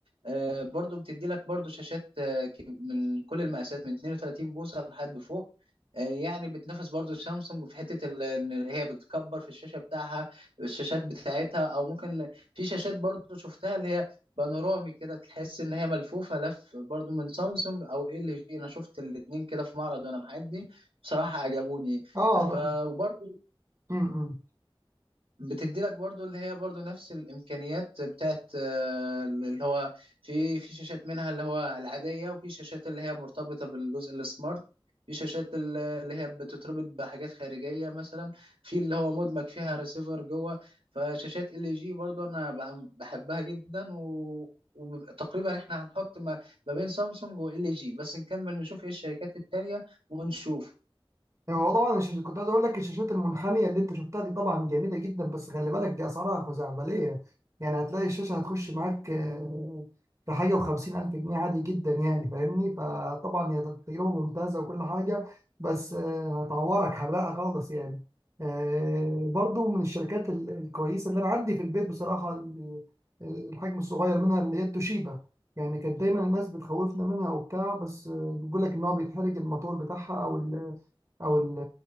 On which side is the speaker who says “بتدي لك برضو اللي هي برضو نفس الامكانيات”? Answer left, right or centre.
Right